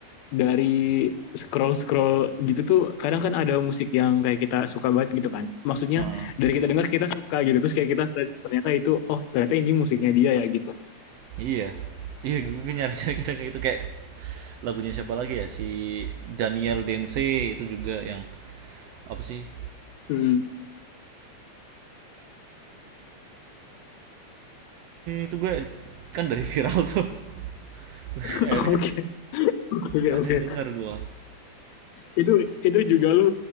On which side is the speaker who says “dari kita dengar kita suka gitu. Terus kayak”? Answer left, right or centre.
Left